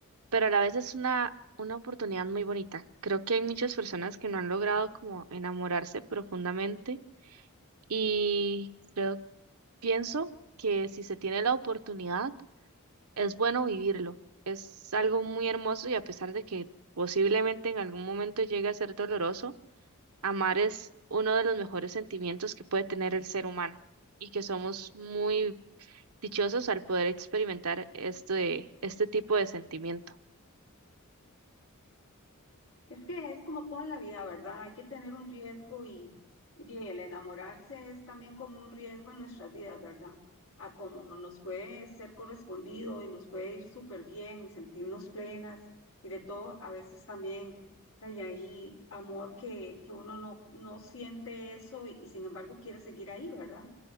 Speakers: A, on the right; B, on the left.
A: pero a la vez es una, una oportunidad muy bonita. Creo que hay muchas personas que no han logrado como enamorarse profundamente y creo, pienso que si se tiene la oportunidad, es bueno vivirlo. Es algo muy hermoso y a pesar de que posiblemente en algún momento llegue a ser doloroso, amar es uno de los mejores sentimientos que puede tener el ser humano y que somos muy dichosos al poder experimentar este, este tipo de sentimiento.
B: Es que es como todo en la vida, ¿verdad? Hay que tener un riesgo y, y bien, el enamorarse es también como un riesgo en nuestras vidas, ¿verdad? A como nos puede ser correspondido y nos puede ir súper bien y sentirnos plenas y de todo, a veces también hay ahí amor que, que uno no, no siente eso y, y sin embargo quiere seguir ahí, ¿verdad?